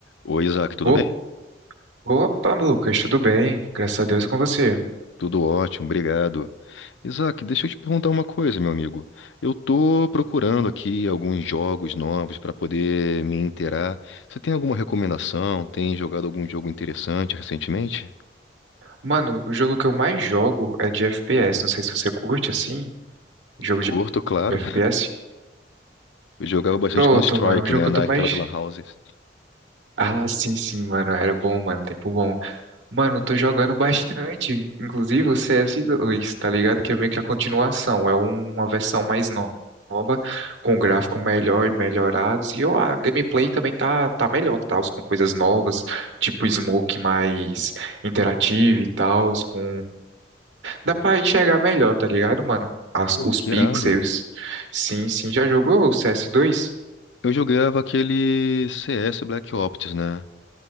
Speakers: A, on the left; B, on the right.
A: Oi, Isaac, tudo
B: Op-
A: bem?
B: Opa, Lucas, tudo bem? Graças a Deus e com você.
A: Tudo ótimo, obrigado. Isaac, deixa eu te perguntar uma coisa, meu amigo. Eu tô procurando aqui alguns jogos novos para poder me inteirar. Você tem alguma recomendação? Tem jogado algum jogo interessante recentemente?
B: Mano, o jogo que eu mais jogo é de FPS. Não sei se você curte assim, jogo
A: Curto,
B: de
A: claro.
B: FPS.
A: Eu jogava bastante
B: Pronto,
A: Counter-Strike,
B: mano, o jogo
A: né,
B: que
A: naquelas
B: eu tô mais.
A: lan houses.
B: Ah, sim, sim, mano, era bom, mano, tempo bom. Mano, eu tô jogando bastante, inclusive o C s 2 tá ligado? Que é meio que a continuação, é um, uma versão mais no- nova, com gráfico melhor e melhorados, e ó, a gameplay também tá, tá melhor, tal, com coisas novas, tipo smoke mais interativo e tal, com... Dá pra enxergar melhor, tá ligado, mano? As-
A: Pô,
B: os
A: que
B: pixels,
A: irado.
B: sim, sim, já jogou o C s 2
A: Eu jogava aquele CS Black Ops, né?